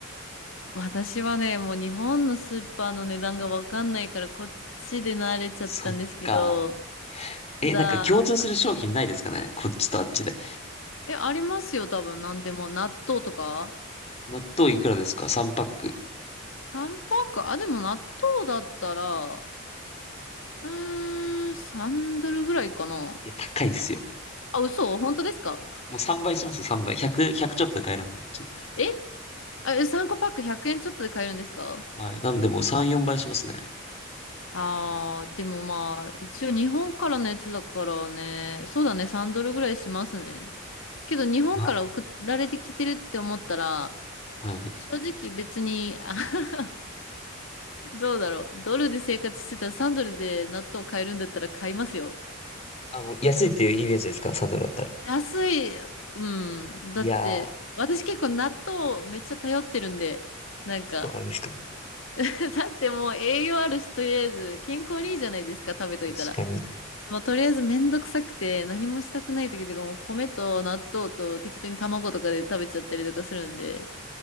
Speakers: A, on the left; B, on the left.
A: 私はね、もう日本のスーパーの値段がわかんないから、こっちで慣れちゃったんですけど、
B: そっか。え、
A: ただ、
B: なんか共通する商品ないですかねこっちとあっちで。
A: え、ありますよ、多分、なんでも、納豆とか。
B: 納豆いくらですか ?3 パック。
A: 3パック、あ、でも納豆だったら、うーん、3ドルぐらいかな。
B: いや、高いっすよ。
A: あ、嘘本当ですか
B: もう3倍しますよ、3倍。100、ひゃくちょっとで買えるんで、こっち。
A: え、あ、3個パック100円ちょっとで買えるんですか
B: はい。なんでもう3、4倍しますね。
A: あー、でもまあ、一応日本からのやつだからね、そうだね、3ドルぐらいしますね。けど日本から送られてきてるって思ったら、
B: あ、はい。
A: 正直別に、あ <laughs> どうだろう。ドルで生活してたら3ドルで納豆買えるんだったら買いますよ。
B: あ、もう安いっていうイメージですか ?3 ドルだったら。
A: 安い、うん。だって、
B: いやー、
A: 私結構納豆めっちゃ頼ってるんで、なんか、
B: そうなんですか。
A: <laughs> だってもう栄養あるし、とりあえず健康にいいじゃないですか、食べといたら。
B: 確かに。
A: もうとりあえずめんどくさくて何もしたくない時とかもう米と納豆と適当に卵とかで食べちゃったりとかするんで、